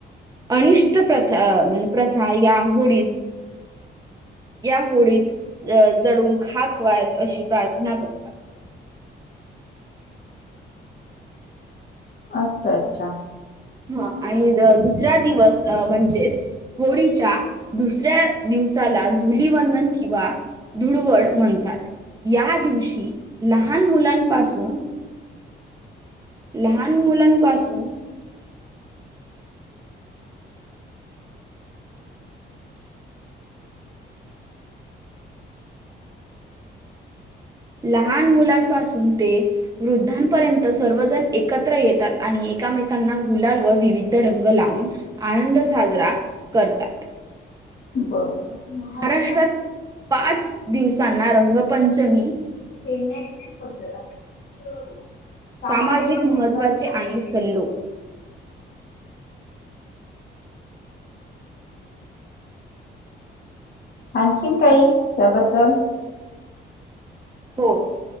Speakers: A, on the right (about 20°); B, on the left (about 55°).
A: अनिष्ट प्रथा प्रथा या होळीच या होळीत अ जडून खाक वयात अशी प्रार्थना कर
B: अच्छा अच्छा.
A: हा आणि द दुसरा दिवस अ म्हणजेच होळीच्या दुसऱ्या दिवसाला धुलीवंदन किंवा धुडवड म्हणतात या दिवशी लहान मुलांपासून लहान मुलांपासून लहान मुलांपासून ते वृद्धांपर्यंत सर्वजण एकत्र येतात आणि एमेकांना गुलाल व विविध रंग लावून आनंद साजरा करता.
B: बरं
A: महाराष्ट्रात पाच दिवसांना रंगपंचमी
B: खेळण्याची पद्धत आहे. <unintelligible>
A: सामाजिक महत्त्वाचे आणि सल्लो
B: आणखीन काही त्याबद्दल
A: हो.